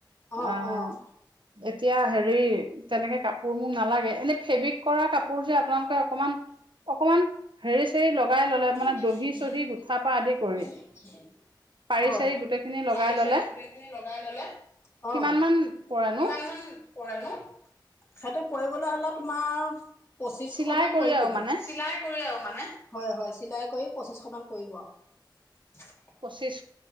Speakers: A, on the left; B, on the right.
A: আহ
B: অ',
A: আহ।
B: এতিয়া হেৰি তেনেকে কাপোৰ মোক নালাগে এনে ফেব্ৰিক কৰা কাপ কাপোৰ যে আপোনালোকে অকমান অকমান হেৰি চেৰি লগাই ললে
A: হয়
B: দহি চহি গোঠা পৰা আদি কৰি পাৰি চাৰি গোটেইখিনি লগাই
A: পাৰি
B: ললে
A: চাৰি গোটেই খিনি লগাই ললে অ
B: কিমান মান পৰেনো?
A: কিমান মান পৰেনো? সেইটো পৰিবলৈ হলে তোমাৰ পচিশ
B: চিলাই
A: মান
B: কৰি
A: পৰিব
B: আৰু
A: গে
B: মানে
A: চিলাই কৰিও আৰু মানে? হয় হয় চিলাই পচিশ মান পৰিব আ।
B: পঁচিশ